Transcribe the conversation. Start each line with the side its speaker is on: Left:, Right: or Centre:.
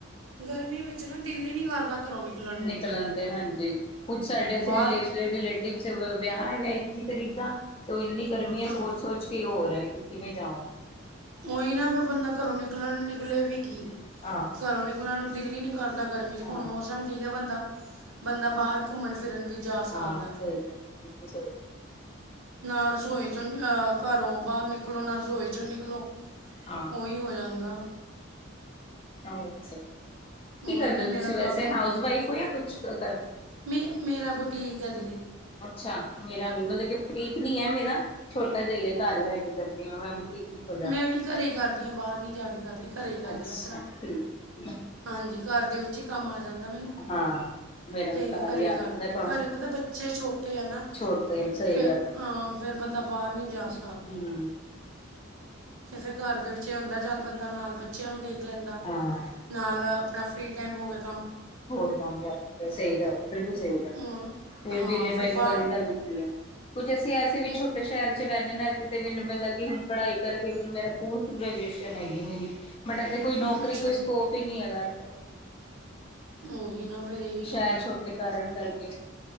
Right: ਗਰਮੀ ਵਿੱਚ ਨਾ ਦਿਲ ਈ ਨੀ ਕਰਦਾ। ਘਰੋਂ ਨੂੰ
Left: ਨਿਕਲਣ ਤੇ ਹਾਂਜੀ ਕੁਝ ਸਾਡੇ ਇਥੇ
Right: ਬਾਹਰ
Left: ਰਿਲੇਟ ਰਿਲੇਟਿਵਜ਼ ਤੇ ਮਿਲਦੇ ਆਂ ਆਏ ਹਾਏ। ਤਰੀਦਾ ਤੇ ਇੰਨੀ ਗਰਮੀ ਹੈ
Right: ਹਾਂ
Left: ਸੋਚ- ਸੋਚ ਕੀ ਹੋ ਰਿਹਾ। ਕਿਵੇਂ ਜਾਵਾਂ?
Right: ਉਹੀ ਨਾ ਫਿਰ ਬੰਦਾ ਘਰੋਂ ਨਿਕ ਨਿਕਲਣ ਨਿਕਲੇ ਵੀ ਕੀ
Left: ਆਹ
Right: ਘਰੋਂ ਨਿਕਲਣ ਨੂੰ ਦਿੱਲ ਈ ਨੀ ਕਰਦਾ। ਗਰਮੀ ਚ
Left: ਹਾਂ
Right: ਹੁਣ ਮੌਸਮ ਠੀਕ ਹੈ ਬੰਦਾ ਬੰਦਾ ਬਾਹਰ ਘੁੰਮਣ ਫਿਰਨ ਵੀ ਜਾ ਸਕਦਾ
Left: ਹਾਂ
Right: ਹੈ
Left: ਸਹੀ ਗੱਲ ਐ ਸਹੀ
Right: ਨਾ ਰਸੋਈ ਚ ਅਹ ਘਰੋਂ ਬਾਹਰ ਨਿਕਲੋ ਨਾ ਰਸੋਈ ਚੋ ਨਿਕਲੋ
Left: ਹਾਂ
Right: ਉਹੀ ਹੋ ਜਾਂਦਾ।
Left: ਅੱਛਾ, ਕੀ
Right: ਉਹੀ
Left: ਕਰਦੇ
Right: ਨਾ
Left: ਹੋ
Right: ਮੇਰਾ
Left: ਤੁਸੀਂ
Right: ਤਾਂ
Left: ਵੈਸੇ
Right: ਫਿਰ
Left: ਹਾਊਸ ਵਾਈਫ ਹੋ ਜਾਂ ਕੋਈ ਅੱਛਾ
Right: ਮੇ ਮੇਰਾ ਬੁਟੀਕ ਹੈ ਦੀਦੀ।
Left: ਅੱਛਾ ਮੇਰਾ ਵੀ ਮਤਲਬ ਕਿ ਬੁਟੀਕ ਨੀ ਐ ਮੇਰਾ ਛੋਟਾ ਜਿਹਾ ਘਰ ਬਹਿ ਕੇ ਕਰਦੀ ਆ ਮੈਂ ਬੁਟੀਕ ਨੀ ਖੋਲਿਆ
Right: ਮੈਂ ਵੀ ਘਰੇ ਕਰਦੀ ਹਾਂ ਬਾਹਰ ਨੀ ਜਾ ਕੇ ਕਰਦੀ। ਘਰੇ ਕਰਦੀ
Left: ਅੱਛਾ
Right: ਆਪਣਾ
Left: ਠੀਕ ਠੀਕ
Right: ਹਾਂਜੀ ਘਰ ਦੇ ਵਿੱਚ। ਚ ਕੰਮ ਈ ਆ ਜਾਂਦਾ। ਮੈਨੂੰ
Left: ਹਾਂ ਮੇਰਾ
Right: ਤੇ
Left: ਵੀ ਘਰ
Right: ਘਰੇ
Left: ਹੀ ਆ
Right: ਕਰਦੇ
Left: ਜਾਂਦਾ ਕੰਮ
Right: ਘਰੇ ਪਤਾ ਬੱਚੇ ਛੋਟੇ ਆ ਨਾ
Left: ਛੋਟੇ ਸਹੀ
Right: ਫਿਰ ਹਾਂ ਫੇਰ ਬੰਦਾ ਬਾਹਰ ਨਹੀਂ ਜਾ ਸਕ
Left: ਹੂੰ।
Right: ਤੇ ਫੇਰ ਘਰ ਦੇ ਵਿੱਚ ਹੁੰਦਾ ਚੱਲ ਬੰਦਾ ਨਾਲ ਬੱ ਬੱਚਿਆਂ ਨੂੰ ਦੇਖ ਲੈਂਦਾ
Left: ਹਾਂ
Right: ਨਾਲ ਆਪ ਆਪਣਾ ਫਰੀ ਟਾਈਮ ਹੋ ਗਿਆ।
Left: ਹੋਰ ਕੰਮ ਕਰ ਸਹੀ ਗੱਲ ਐ ਬਿਲਕੁਲ ਸਹੀ ਗੱਲ ਐ
Right: ਅਮ,
Left: ਫਿਰ
Right: ਹਾਂ
Left: ਵੇਲੇ ਬੇਦਗੀ
Right: ਬਾ
Left: ਦਾ ਵੀ ਕੀ ਹੈ ਕੁੱਝ ਅਸੀਂ ਐਸੇ ਵੀ
Right: ਉਹ
Left: ਛੋਟੇ ਸ਼ਹਿਰ ਤੇ ਰਹਿੰਦੇ ਨੇ ਇ ਮੈਨੂੰ ਮਲਬ ਕਿ ਹੁਣ ਪੜ੍ਹਾਈ ਕਰਕੇ ਮੇਰਾ ਪੋਸਟ ਗ੍ਰੈਜੂਏਸ਼ਨ ਆਈ ਹੈ ਮੇਰੀ ਬਟ ਇੱਥੇ ਕੋਈ ਨੌਕਰੀ
Right: ਅੱਛਾ
Left: ਕੋਈ ਸਕੋਪ ਹੀ ਨਹੀਂ ਹੈਗਾ। <unintelligible>
Right: ਔਹੀ ਨਾ। ਫਿਰ ਇਹੀ
Left: ਸ਼ਹਿਰ ਛੋਟੇ ਕਾਰਨ ਕਰਕੇ।